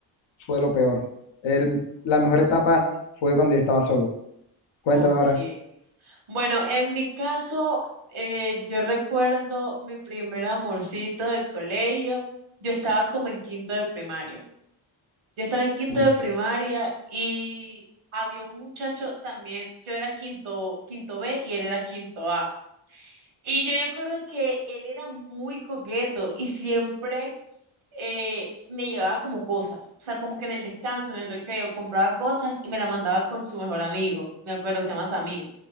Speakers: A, on the left; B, on the right.
A: fue lo peor. El- la mejor etapa fue cuando yo estaba solo. Cuéntame
B: Ok.
A: ahora.
B: Bueno, en mi caso, eh, yo recuerdo mi primer amorcito del colegio. Yo estaba como en quinto de primaria. Yo estaba en quinto
A: Mm.
B: de primaria y había un muchacho también. Yo era quinto, quinto B y él era quinto A. Y yo me acuerdo que él era muy coqueto y siempre eh, me llevaba como cosas. O sea, como que en el descanso, en el recreo, compraba cosas y me la mandaba con su mejor amigo. Me acuerdo, se llama Samir